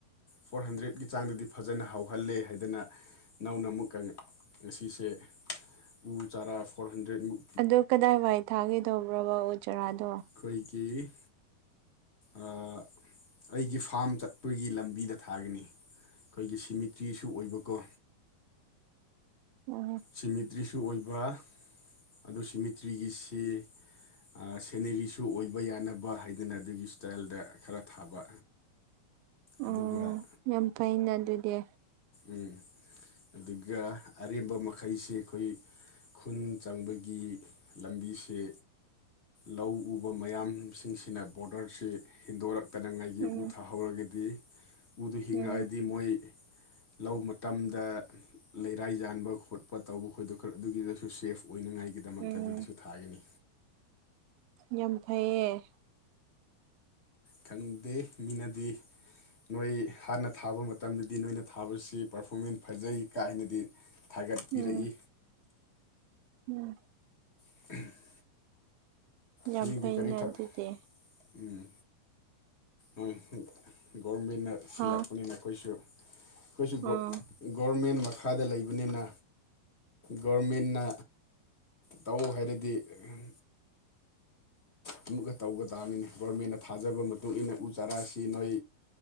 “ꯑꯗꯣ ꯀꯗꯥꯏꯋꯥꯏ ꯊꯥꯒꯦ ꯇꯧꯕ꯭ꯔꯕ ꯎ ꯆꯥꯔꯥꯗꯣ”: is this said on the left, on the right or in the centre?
Right